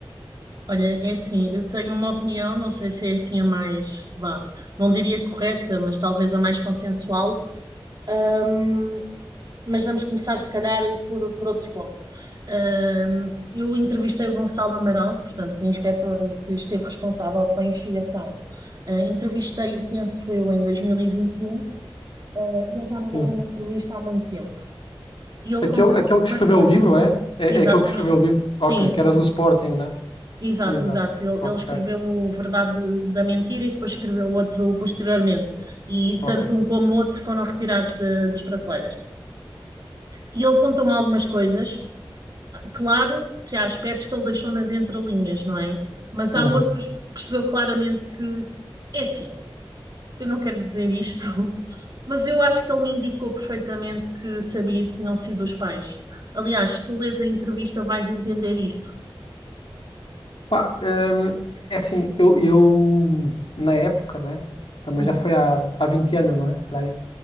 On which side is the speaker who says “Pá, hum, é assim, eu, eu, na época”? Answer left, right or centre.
Left